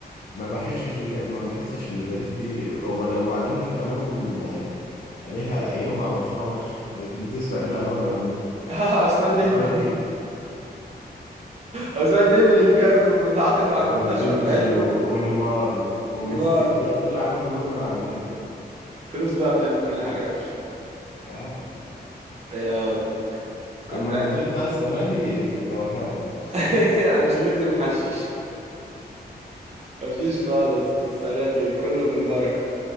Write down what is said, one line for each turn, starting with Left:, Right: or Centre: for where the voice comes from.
Left: ما بحسش اللي ما بحسش اللي باريس دي وبل- وبعدين كمان آه، عليها ايام مع برشلونة وحشة بت- بتسرق اللعبة من عندنا
Right: <laughs> عثمان ديمبلي
Left: حابب كده
Right: عثمان ديمبلي اللي كان متعاقد مع
Left: ايوه
Right: المستشفى
Left: ديمبلي
Right: بتاعتكم
Left: و- ونيمار وميسي
Right: نيمار
Left: بياخدوا اللعيبة كلهم من عندنا
Right: فلوس بقى بتعمل كل حاجة يا باشا
Left: اه
Right: يا كنت
Left: اما مدريد بقى السنة دي في التوهان خالص
Right: <laughs> انشيلوتي محشش مفيش خالص السنة دي كله بالبركة